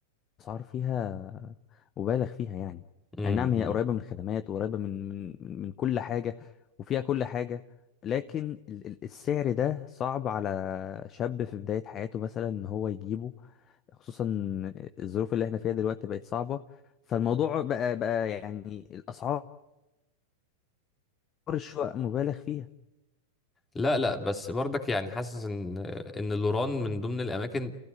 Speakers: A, on the left; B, on the left.
A: الاسعار فيها مبالغ فيها يعني
B: امم
A: اي نعم هي
B: امم.
A: قريبة من الخدمات وقريبة من من من كل حاجة وفيها كل حاجة لكن ال- ال- السعر ده صعب على شاب في بداية حياته مثلا ان هو يجيبه خصوصا الظروف اللي احنا فيها دلوقتي بقت صعبة فالموضوع بقى بقى يعني الاسعار الشقق مبالغ فيها
B: لا لا بس برضك يعني حاسس ان ان لوران من ضمن الاماكن